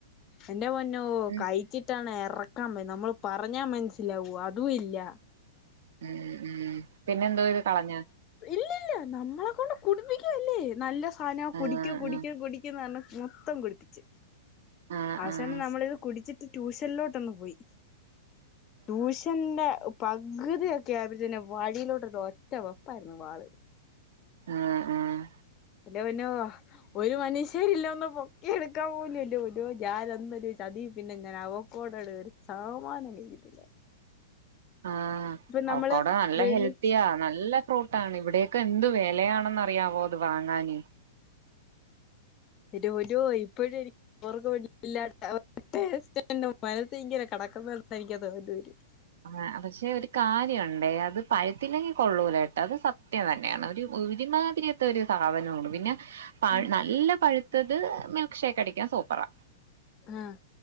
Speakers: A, on the left; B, on the right.
A: എന്റെ പൊന്നോ
B: ഉം ഉം
A: കഴിച്ചി ട്ടാണ് ഇറക്കാൻ പ നമ്മൾ പറഞ്ഞാ മനസ്സിലാവൂ അതും ഇല്ല
B: ഉം ഉം പിന്നെ എന്തോ ഇത് കളഞ്ഞ
A: ഇല്ലല്ല നമ്മളെ കൊണ്ട് കുടിപ്പിക്കല്ലേ നല്ല സാധനമാ
B: ആഹ്
A: കുടിക്കും കുടിക്കും കുട െ മൊത്തം കുടിപ്പിച്ച്
B: ആഹ് ആഹ്
A: അവസാനം
B: ആഹ്
A: നമ്മളിത് കുടിച്ചിട്ട് ട്യൂഷനിലോട്ടൊന്ന് പോയി ട്യൂഷന്റെ പകുതിയക്കെ ക്യാബത്തിെ വഴിയിലോട്ടൊരു ഒറ്റ വെപ്പായിരുന്നു വാള്
B: ആഹ് ആഹ്
A: ന്റെ പൊന്നോ ഒരു മനുഷ്യരില്ല ഒന്ന് പൊക്കി എടുക്കാൻ പോല്ലും എന്റെ പൊന്നോ ഞാൻ അന്നോരു ചതി പിന്നെ ഞാൻ ആവോ കോടട് സാമാനം കഴിട്ടില്ല
B: ആഹ്
A: നമ്മള്
B: അവക്കവിടെ നല്ല
A: വെള്ളി
B: ഹെൽത്തിയാ നല്ല ഫ്രൂട്ടാണ് ഇവിടെയൊക്കെ എന്ത് വിലയാണെന്ന്റിയാവോ അത് വാങ്ങാന്
A: എന്റെ പൊന്നോ ഇപ്പഴനി ഓർക്ക പിടല്ലാറ്റന്റെ മനസ് ഇങ്ങനെ കടക്കുന്ന എനിക്ക് തോത് വരും
B: ആ പക്ഷെ ഒരു കാര്യംുണ്ടേ അത് പഴുത്തില്ലെങ്കിൽ കൊള്ളൂല കേട്ട് അത് സത് സത്യം തന്നെയാണ് ഒരു ഉരിമാതിരിയത്തെ ഒരു സാധനമാണ് പിന്നെ പ
A: ഉം
B: നല്ല പഴുത്തത് മിൽക്ക് ഷേക്ക് അടിക്കൻ സൂപ്പറാ
A: ആഹ്